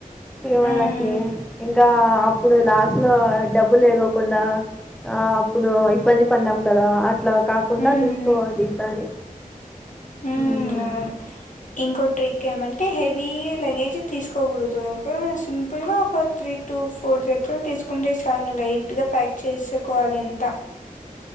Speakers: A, in the centre; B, on the left.
A: తిరుమలకి
B: హ్మ్.
A: ఇంకా ఇప్పుడు లాస్ట్ లో డబ్బులు లేకోకుండా అప్పుడు ఇబ్బంది పడ్డాం కదా అట్లా కాకుండా
B: హ్మ్.
A: చూసుకోవాలి ఈసారి
B: హ
A: మ్మ్.
B: అవును ఇంకో ట్రిక్ ఏమంటే హెవీ లగేజ్ తీసుకోకూడదు ఒక సింపుల్గా ఒక త్రీ టు ఫోర్ జత్తలు తీసుకుంటే చాలు లైట్గా ప్యాక్ చేసుకోవాలి అంత